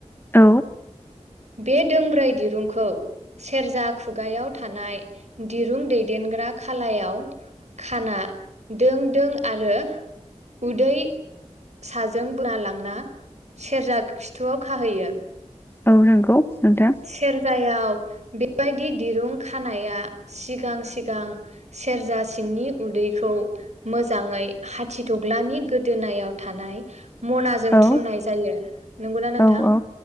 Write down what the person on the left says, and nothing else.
औ
औ नंगौ नोंथां
औ
औ औ